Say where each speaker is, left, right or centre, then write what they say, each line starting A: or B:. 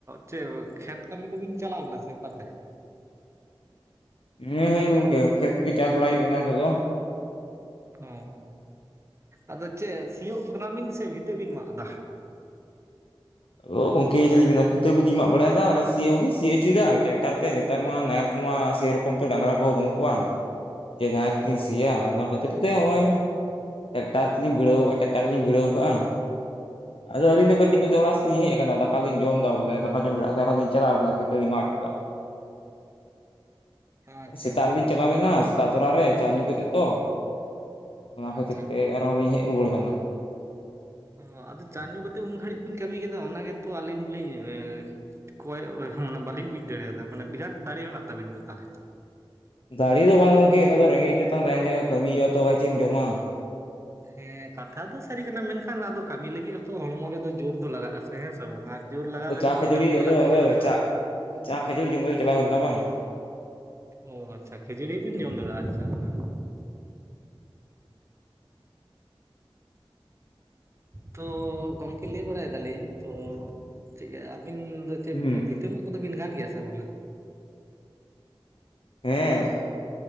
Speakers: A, on the right (about 30°); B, on the left (about 75°).
A: ᱪᱮᱫ ᱠᱷᱮᱛ ᱠᱟᱹᱢᱤ ᱠᱚᱵᱤᱱ ᱪᱟᱞᱟᱣ ᱞᱮᱱᱟ ᱥᱮ ᱚᱠᱟᱛᱮ
B: ᱦᱮᱸ ᱦᱩᱭ ᱜᱚᱝᱠᱮ ᱱᱟᱛᱮ ᱠᱟᱹᱡ ᱪᱟᱥ ᱵᱟᱲᱟᱭ ᱦᱩᱭᱩᱜ ᱠᱟᱱᱟ ᱱᱛᱮᱫ ᱫᱚ
A: ᱚ ᱟᱫᱚ ᱪᱮᱫ ᱥᱤᱭᱳᱜ ᱠᱟᱱᱟᱵᱤᱱ ᱥᱮ ᱵᱷᱤᱛᱟᱹ ᱵᱤᱱ ᱢᱟᱜ ᱮᱫᱟ
B: ᱚ ᱜᱚᱢᱠᱮ ᱪᱮᱫᱤᱧ ᱢᱮᱱᱟ ᱵᱷᱤᱛᱟᱹ ᱠᱚᱞᱤᱧ ᱢᱟᱜ ᱵᱟᱲᱟᱭᱮᱫᱟ ᱟᱨ ᱥᱤᱭᱟᱹᱜ ᱦᱚᱸᱞᱤᱧ ᱥᱤ ᱦᱚᱪᱚᱭᱮᱫᱟ ᱴᱨᱮᱠᱴᱟᱨ ᱛᱮ ᱱᱮᱛᱟᱨ ᱢᱟ ᱱᱟᱦᱮᱞ ᱠᱚᱢᱟ ᱥᱮᱨᱚᱠᱚᱢ ᱛᱚ ᱰᱟᱝᱨᱟ ᱠᱚᱦᱚᱸ ᱵᱟᱹᱱᱩᱜ ᱠᱚᱣᱟ ᱡᱮ ᱱᱟᱦᱮᱞ ᱠᱚᱛᱤᱧ
A: ᱦᱩᱸ
B: ᱥᱤᱭᱟ ᱚᱱᱟ ᱠᱷᱟᱹᱛᱤᱨ ᱛᱮ ᱱᱚᱜᱼᱚᱭ ᱴᱨᱟᱠᱴᱟᱨ ᱛᱮᱞᱤᱧ ᱵᱷᱤᱲᱟᱹᱣ ᱟᱠᱟᱜᱼᱟ ᱴᱨᱟᱠᱴᱟᱨ ᱨᱮᱞᱤᱧ ᱵᱷᱤᱲᱟᱹᱣ ᱟᱠᱟᱜᱼᱟ ᱟᱫᱚ ᱟᱹᱞᱤᱧ ᱫᱚ ᱠᱟᱹᱴᱤᱡ ᱟᱲᱟᱜ ᱥᱮᱫ ᱤᱧ ᱦᱮᱡ ᱠᱟᱱᱟ ᱫᱟᱠᱟᱫᱩᱧ ᱡᱚᱢᱫᱟ ᱵᱚᱞᱮ ᱫᱟᱠᱟ ᱡᱚᱢ ᱵᱮᱲᱟᱠᱟᱛᱮᱫ ᱟᱨᱦᱩᱧ ᱪᱟᱞᱟᱜ ᱵᱚᱞᱮ ᱵᱷᱤᱛᱟᱹᱜᱤᱧ ᱢᱟᱜ ᱦᱟᱴᱚᱼᱠᱟᱜ <inaudible>
A: ᱟᱪᱪᱷᱟ
B: ᱥᱮᱛᱟᱜ
A: ᱟᱪᱪᱷᱟ
B: ᱨᱮᱞᱤᱧ ᱪᱟᱞᱟᱣᱞᱮᱱᱟ ᱥᱮᱛᱟᱜ ᱛᱚᱨᱟᱨᱮ ᱪᱟ ᱧᱩ ᱠᱟᱛᱮᱫ ᱛᱚ ᱚᱱᱟ ᱠᱷᱟᱹᱛᱤᱨ
A: ᱟᱪᱪᱷᱟ
B: ᱛᱮ ᱟᱨᱦᱚᱸ ᱞᱤᱧ ᱦᱮᱡ ᱨᱩᱣᱟᱹᱲ ᱠᱟᱱᱟ
A: ᱚ ᱟᱫᱚ ᱪᱟ ᱧᱩ ᱠᱟᱛᱮᱫ ᱩᱱ ᱜᱷᱟᱹᱲᱤᱡ ᱵᱤᱱ ᱠᱟᱹᱢᱤ ᱠᱮᱫᱟ ᱚᱱᱟ ᱜᱮᱛᱚ ᱟᱹᱞᱤᱧ ᱜᱮᱞᱤᱧ ᱠᱚᱭᱚᱜ ᱢᱟᱱᱮ ᱵᱟᱹᱞᱤᱧ ᱵᱩᱡ ᱫᱟᱲᱮᱭᱟᱫᱟ ᱢᱟᱱᱮ ᱵᱤᱨᱟᱴ ᱫᱟᱲᱮ ᱦᱮᱱᱟᱜ ᱛᱟᱵᱤᱱ ᱫᱚ ᱛᱟᱦᱚᱞᱮ
B: ᱫᱟᱲᱮ ᱫᱚ ᱵᱟᱝ ᱜᱚᱢᱠᱮ ᱚᱱᱟ ᱫᱚ ᱨᱮᱸᱜᱮᱡ ᱪᱮᱛᱟᱱ ᱛᱟᱦᱮᱱ ᱠᱷᱟᱡ ᱫᱚ ᱠᱟᱹᱢᱤ ᱦᱩᱭᱩᱜᱼᱟ ᱛᱚ ᱠᱷ ᱪᱮᱫ ᱮᱢ ᱡᱚᱢᱟ
A: ᱦᱮᱸ ᱠᱟᱛᱷᱟ ᱫᱚ ᱥᱟᱹᱨᱤ ᱠᱟᱱᱟ ᱢᱮᱱᱠᱷᱟᱱ ᱟᱫᱚ ᱠᱟᱹᱢᱤ ᱞᱟᱹᱜᱤᱫ ᱷᱚᱛᱚ ᱦᱚᱲᱢᱚ ᱨᱮᱫᱚ ᱡᱳᱨ ᱫᱚ ᱞᱟᱜᱟᱜ ᱟᱥᱮ ᱦᱮᱸ ᱥᱮ ᱵᱟᱝ ᱟᱨ ᱡᱳᱨ
B: ᱟᱫᱚ
A: ᱞᱟᱜᱟᱣ ᱞᱟᱹᱜᱤᱫ
B: ᱪᱟ ᱠᱷᱟᱹᱡᱟᱹᱲᱤ
A: ᱛ ᱡᱚᱢ ᱛᱚ
B: ᱟᱫᱚ
A: ᱞᱟᱹᱠᱛᱤ
B: ᱟᱫᱚ
A: ᱠᱟᱱᱟ ᱛᱚ
B: ᱪᱟ ᱪᱟ ᱠᱷᱟᱹᱡᱟᱹᱲᱤ ᱡᱚᱢ ᱠᱟᱛᱮ ᱪᱟᱞᱟᱣ ᱦᱩᱭ ᱞᱮᱱᱟ ᱵᱟᱝ
A: ᱚ ᱟᱪᱪᱷᱟ ᱠᱷᱟᱹᱡᱟᱹᱲᱤ ᱵᱮᱤᱱ ᱡᱚᱢ ᱞᱮᱫᱟ ᱟᱪᱪᱷᱟ ᱚᱱᱟ
B: <inaudible>
A: ᱛᱚ ᱜᱚᱝᱠᱮ ᱞᱟᱹᱭ ᱵᱟᱲᱟᱭ ᱫᱟᱞᱤᱧ ᱛᱚ ᱴᱷᱤᱠᱜᱮᱭᱟ ᱟᱹᱵᱤᱱ ᱫᱚ ᱪᱮᱫ
B: ᱦᱩᱸ
A: ᱵᱷᱤᱛᱟ ᱢᱟᱜ ᱠᱚᱫᱚ ᱵᱤᱱ ᱜᱟᱱ ᱜᱮᱭᱟ ᱥᱮ ᱵᱟᱝ
B: ᱦᱮᱸ